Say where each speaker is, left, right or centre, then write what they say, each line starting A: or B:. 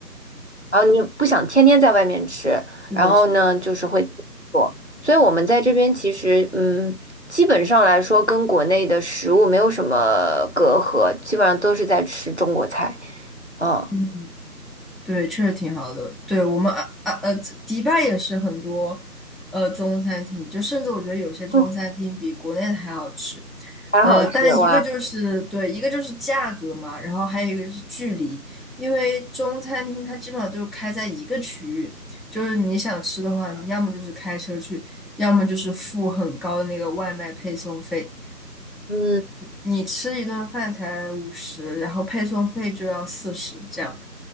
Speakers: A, on the left; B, in the centre.
A: 然后你不想天天在外面吃，
B: 是的，
A: 然后呢，
B: 是的，
A: 就是会自己做。所以我们在这边其实，嗯，基本上来说跟国内的食物没有什么隔阂，基本上都是在吃中国菜，嗯，
B: 嗯，对，确实挺好的。对我们啊啊呃，这迪拜也是很多呃中餐厅，就甚至我觉得有些中餐厅比国内的还好吃。
A: 嗯，还好吃哇，
B: 但一个就是对，一个就是价格嘛，然后还有一个就是距离，因为中餐厅它基本上就开在一个区域，就是你想吃的话，你要么就是开车去，要么就是付很高的那个外卖配送费，
A: 嗯
B: 你吃一顿饭才五十，然后配送费就要四十这样。